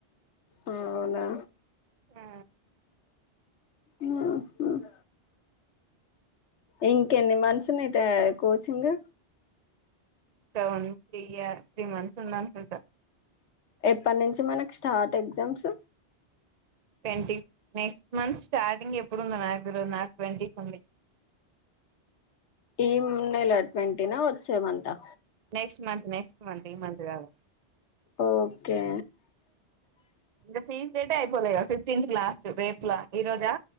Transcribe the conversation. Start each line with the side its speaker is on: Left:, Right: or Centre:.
Left: ఉమ్ అవునా.
Right: ఆ.
Left: ఉహుమ్. ఇంకెన్ని మంత్స్ నీటా కోచింగు.
Right: ఇంకా one, three year, three months ఉందనుకుంటా.
Left: ఎప్పటి నుంచి మనకు start exams.
Right: Twenty, next month starting ఎప్పుడుందో నాకు తెల్వద్, నాకు ట్వంటీ కి ఉంది.
Left: ఈమ్ నెల ట్వంటీనా, వచ్చేమంతా.
Right: నెక్స్ట్ మంత్, నెక్స్ట్ మంత్ ఈ మంత్ కాదు.
Left: ఓకే.
Right: ఇంకా ఫీస్ డేటే అయిపోలేగా, ఫిఫ్టీన్త్ కి లాస్ట్. రేపులా, ఈ రోజా,